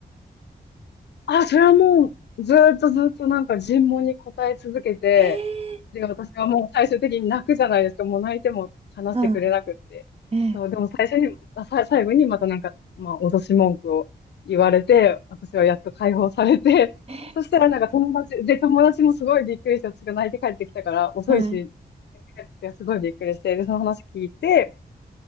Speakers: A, on the left; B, on the right.
A: あ、それはもう、ずーっとずーっとなんか尋問に答え続けて、
B: へえ、
A: で、私はもう最終的に泣くじゃないですか。もう泣いても話してくれなくって。
B: はあえ
A: そう、でも最初に、あ、さ、最後にまたなんか、まあ、脅し文句を言われて、私はやっと解放されて、
B: え、
A: <laughs> そしたらなんか友達、で、友達もすごいびっくりして、私が泣いて帰ってきたから、遅いし、
B: はい。
A: 泣いて帰ってきたからすごいびっくりして、で、その話聞いて、